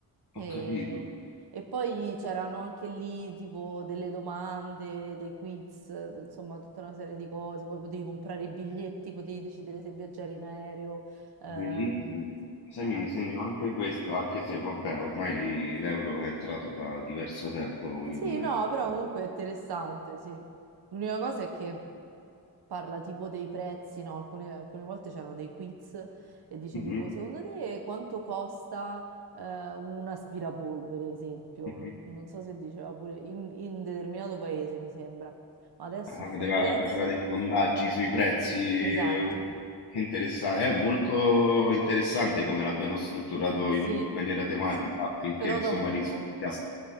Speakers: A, on the right; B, on the left.
A: E,
B: Ho capito,
A: e poi c'erano anche lì tipo delle domande, dei quiz, eh, insomma, tutta una serie di cose. Poi potevi comprare i biglietti, potevi decidere se viaggiare in aereo. Ehm,
B: bellissimo. Sai
A: eh, anche...
B: mi segno anche questo, anche se vabbè ormai l'euro è entrato da diverso tempo in
A: Sì, no,
B: circolo.
A: però comunque è interessante, sì. L'unica cosa è che parla tipo dei prezzi, no? Alcune, alcune volte c'erano dei quiz e dice
B: Mh-mh,
A: tipo, secondo te quanto costa eh, un aspirapolvere, esempio?
B: mh-mh.
A: Non, non so se diceva pure in, in determinato paese, mi sembra. Ma adesso
B: Ah, poteva
A: <laughs> i prezzi?
B: faceva dei sondaggi sui prezzi,
A: Esatto,
B: ehm, che interessa è molto interessante come l'abbiano strutturato
A: sì,
B: in maniera tematica affinché
A: però
B: insomma
A: dopo...
B: rispecchiasse